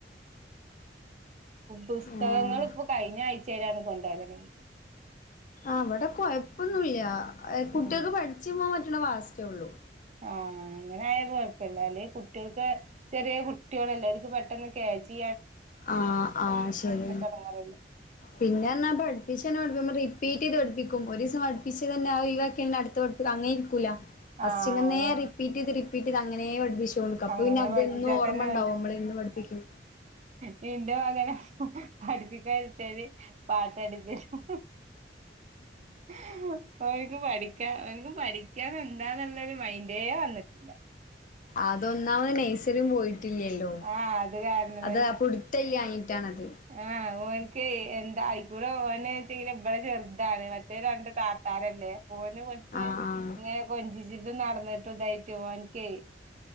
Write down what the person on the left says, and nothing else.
ആഹ്
അവിടെ കൊഴപ്പൊന്നുമില്ല കുട്ടികൾക്ക്
പഠിച്ചേ പോകാൻ പറ്റുന്ന വാസ്റ്റേ ഉള്ളു.
ആഹ ആഹ ശരി
പിന്നൊ പഠിപ്പിച്ച <unintelligible> റിപ്പീറ്റ് ചെയ്ത് പഠിപ്പിക്കും ഒരു ദിവസം പഠപ്പിച്ചച്ച് തന്നെ ഈവാക്കി അടു പഠിപ്പിക്ക അങ്ങനെ ഇരിക്കൂില്ല. ഫസ്ങ്ങനെ
റിപ്പീറ്റ് ചെയ്ത് റിപ്പീറ്റ് ചെയ്ത് അങ്ങനെപഠിപ്പിചു <unintelligible> അപ്പ
പിന്നെ അത്
എന്നും ഓർമ്മ
ഉണ്ടാവും നമ്മളന്ന് പഠിപ്പിക്കും.
അതൊന്നാമത് നെയ്സറി പോയിട്ടില്ലല്ലോ
അത് അ പുടുത്തല്ലാഞ്ഞിട്ടാണത്.
ആഹ്